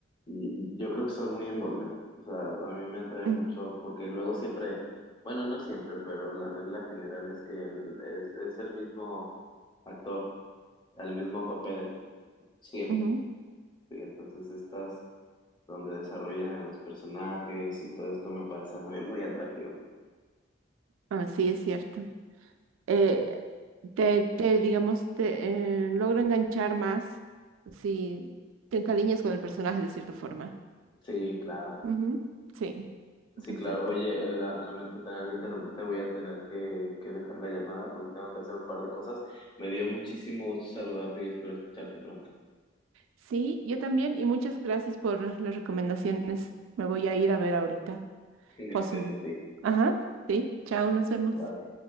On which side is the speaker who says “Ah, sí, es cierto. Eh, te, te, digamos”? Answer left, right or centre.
Right